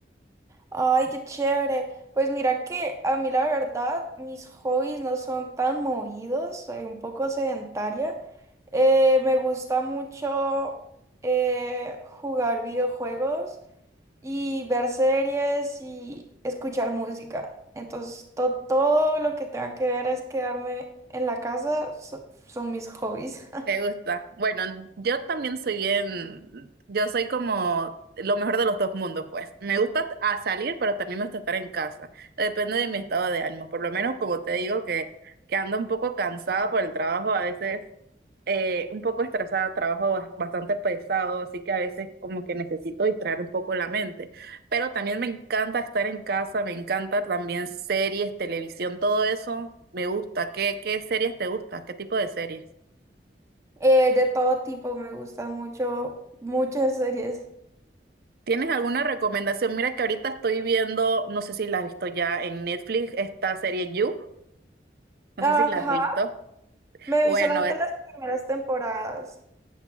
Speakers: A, on the right; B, on the right.
A: Ay, qué chévere. Pues mira que a mí la verdad mis hobbies no son tan movidos, soy un poco sedentaria. Eh, me gusta mucho eh, jugar videojuegos y ver series y escuchar música. Entonces to- todo lo que tenga que ver es quedarme en la casa, so- son mis hobbies. <laughs>
B: ¿Te gusta? Bueno, yo también soy bien, yo soy como lo mejor de los dos mundos, pues. Me gusta a salir, pero también me gusta estar en casa. Depende de mi estado de ánimo, por lo menos como te digo que, que ando un poco cansada por el trabajo a veces. eh, un poco estresada, trabajo bas- bastante pesado, así que a veces como que necesito distraer un poco la mente. Pero también me encanta estar en casa, me encanta también series, televisión, todo eso me gusta. ¿Qué, qué series te gusta? ¿Qué tipo de series?
A: Eh, de todo tipo, me gustan mucho, muchas series.
B: ¿Tienes alguna recomendación? Mira que ahorita estoy viendo, no sé si la has visto ya en Netflix, esta serie You, no
A: Ajá.
B: sé si la has visto.
A: Me
B: Bueno,
A: vi solamente las primeras temporadas.